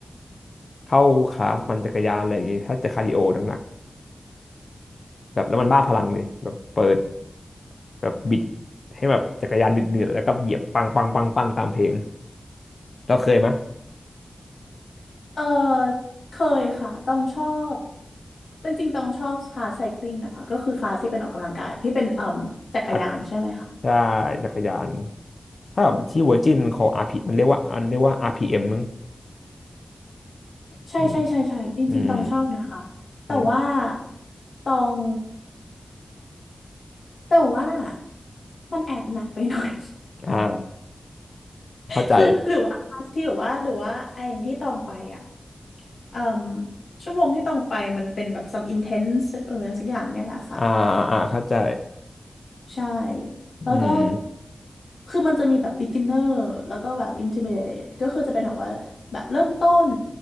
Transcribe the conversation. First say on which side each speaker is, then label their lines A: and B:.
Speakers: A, on the left; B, on the left.
A: เข้าคลาสปั่นจักรยานอะไรอย่างงี้ถ้าจะคาร์ดิโอหนักๆ แบบแล้วมันบ้าพลังดิแบบเปิดแบบบิดให้แบบจักรยานดืดๆแล้วก็เหยียบปังปังปังปังตามเพลงเราเคยไหม
B: <laughs> เออเคยค่ะต้องชอบจริงๆต้องชอบคลาสไซคลิงนะคะก็คือคลาสที่เป็นออกกำลังกายที่เป็นเอ่มจักรยานใช่ไหมคะ
A: อักถ้าจักรยานถ้าแบบที่เวอร์จินของ RP มันเรียกว่าอันเรียกว่า RPM มมั้ง
B: ใช่ใช่ใช่ใช่จริงๆต้องชอบนะคะแต่ว่า
A: อืมอืมอืม
B: ต้องแต่ว่ามันแอบหนักไปหน่อย
A: อ่าเข้าใจ
B: คือหรือว่าคลาสที่หรือว่าหรือว่าไอ้ที่ตองไปอ่ะเอ่มชั่วโมงที่ตองไปมันเป็นแบบ some intense เออสักอย่างเนี่ยแหละค่ะ
A: อ่าอ่าเข้าใจ
B: ใช่แล้วก็
A: อืม
B: คือมันจะมีแบบ beginner แล้วก็แบบ intermediate ก็คือจะเป็นแบบว่าแบบเริ่มต้น